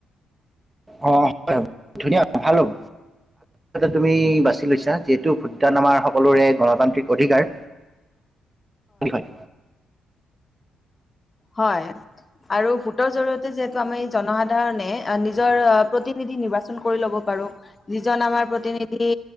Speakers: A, on the right; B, on the left.
A: অ, হয় ধুনীয়া ভালো হব। তুমি বাছি লৈছা যিহেতু ভোটদান আমাৰ সকলোৰে গণতান্ত্ৰিক অধিকাৰ। বুলি হয়।
B: হয়, আৰু ভোটৰ জৰিয়তে যিহেতু আমাৰ জনসাধাৰণে নিজৰ প্ৰতিনি নিৰ্বাচন কৰি ল'ব পাৰো। যিজন আমাৰ প্ৰতিনিধি